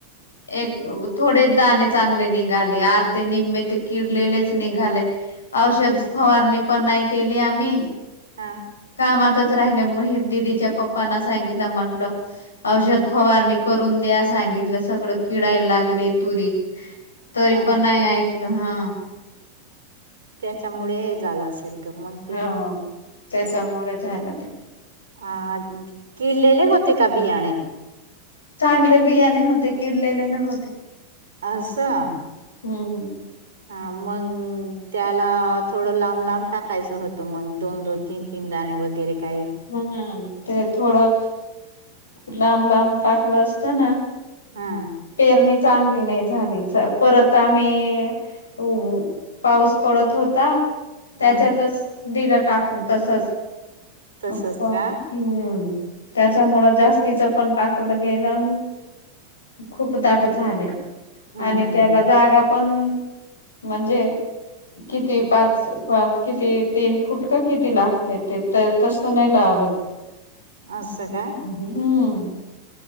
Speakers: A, on the left; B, on the right.
A: एक थोडे दाणे चांगले निघाले अर्धे निम्म ते किरलेलेच निघाले. औषध
B: असं
A: फवारणी पण नाही केली आम्ही
B: हा
A: कामातच राहिले म दिदीच्या पप्पना सांगितलं म्हटलं. औषध फवारणी करून द्या सांगितलं सगळं किडयला लागले तुरी तरी
B: हा
A: पण नाही ऐकलं हा
B: त्याच्यामुळे हे झालं अस त म
A: ह त्याच्यामुळे झालं ते
B: अ किल्लेले होते का बियाणे
A: चांगले बिया न होते किडलेले न होते.
B: अससां
A: हम्म
B: हा मग त्याला थोडं लांब लांब टाकायचं होतं मग दोन दोन तीन तीनदाणे वगैरे काही
A: हम्म ते थोडं लांब लांब टाकलं असतं ना
B: हा
A: पेरणी चांगली नाही झाली परत आम्ही त पाऊस पडत होता. त्याच्यातच
B: हा
A: दिलं टाकून तसचप
B: तसच का
A: हम्म त्याच्यामुळं जास्तीचं पण टाकलं गेलं. खूप दाट झाले
B: हम्म
A: आणि त्याला
B: हम्
A: जागा पण म्हणजे किती पाच पाच किती तीन फुट का किती लागते ते तर तसं नाही लावलं.
B: अस स का
A: हम्म